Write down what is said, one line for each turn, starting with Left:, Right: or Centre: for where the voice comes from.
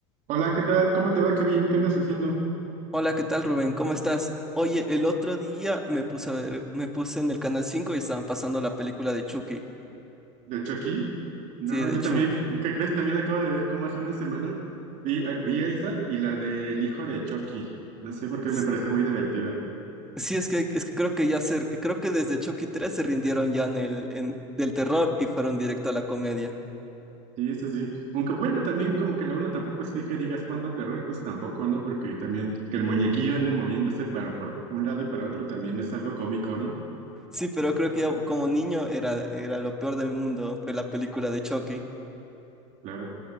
Right: Hola, ¿qué tal? ¿Cómo te va, ¿Qué bien? ¿Qué andas haciendo?
Centre: Hola, ¿qué tal, Rubén? ¿Cómo estás? Oye, el otro día me puse a ver, me puse en el Canal 5 y estaban pasando la película de Chucky.
Right: De hecho, aquí. No,
Centre: Sí, de
Right: yo
Centre: Chucky.
Right: también. ¿Qué crees? También la acabo de ver como hace una semana. Vi, eh, vi esa y la del hijo de Chucky. No sé por qué
Centre: S-
Right: me parece muy divertida.
Centre: Sí, es que, es que creo que ya se, creo que desde Chucky 3 se rindieron ya en el, en, del terror y fueron directo a la comedia.
Right: Sí, eso sí. Aunque bueno, también como que la uno tampoco es que, que digas cuánto terror, pues tampoco, ¿no? Porque también que el muñequillo ande moviéndose para, por un lado y para otro también es algo cómico, ¿no?
Centre: Sí, pero creo que ya como niño era, era lo peor del mundo, fue la película de Chucky.
Right: Claro.